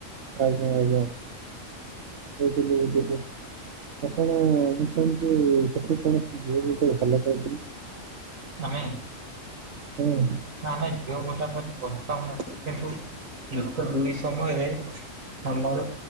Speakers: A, on the right (about 60°); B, on the right (about 80°).
A: ଆଜ୍ଞା ଆଜ୍ଞା ବୁଝିଲି ବୁଝିଲି। ସତକହ ମୁଁ ଶୁଣୁଛି ତତେ କୌଣସି ଝିଅ ଗୋଟେ ଭଲ ପାଉଥିଲା
B: ମାନେ!
A: ହୁଁ।
B: ଆମେ ଝିଅ ଘର ଠାରୁ ଫଟ ମାଗୁଥିଲୁ କିନ୍ତୁ ଯୁକ୍ତ ଦୁଇ ସମୟରେ ଆମର